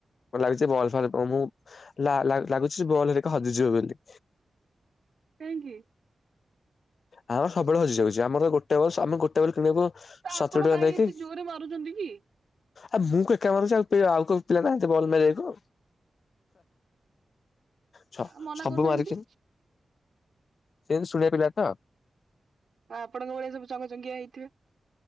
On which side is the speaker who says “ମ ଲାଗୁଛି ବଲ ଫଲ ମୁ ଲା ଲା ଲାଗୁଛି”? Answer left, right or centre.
Left